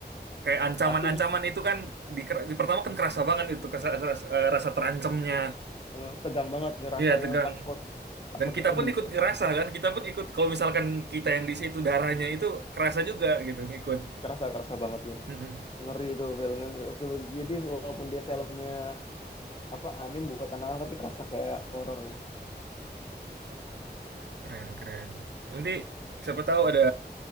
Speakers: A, on the right (about 80°); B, on the left (about 30°).
A: kayak ancaman-ancaman
B: matinya
A: itu kan di, di pertama kan kerasa banget itu kesa- rasa, eh, rasa terancamnya
B: Eh, tegang banget ngerasa
A: iya tegang
B: takut takut
A: dan kita
B: eh,
A: pun
B: di
A: ikut kerasa kan kita pun ikut kalau misalkan kita yang di situ darahnya itu kerasa juga gitu ngikut
B: kerasa kerasa banget tuh
A: Mm-mm.
B: ngeri itu filmnya Se- jadi walaupun dia filmnya apa anim buat anak-anak tapi kerasa kayak horor
A: keren keren nanti siapa tahu ada